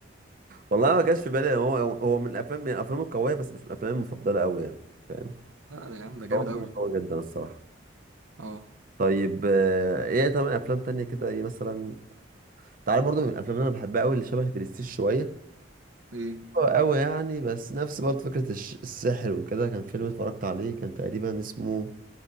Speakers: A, on the right; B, on the right.
A: والله ما كانش في بالي هو هو من الافلام من الافلام القويه بس مش من الافلام المفضله قوي يعني فاهم
B: لا ده يا عم ده جامد
A: هو
B: أوي
A: فيلم قوي جدا الصراحه
B: أه
A: طيب آه، ايه تمام افلام تانية كده ايه مثلا تعالى برضو من الافلام اللي انا بحبها قوي اللي شبه برستيج شويه
B: إيه
A: هو قوي يعني بس نفس برضه فكره الش- السحر وكده كان فيلم اتفرجت عليه كان تقريبا اسمه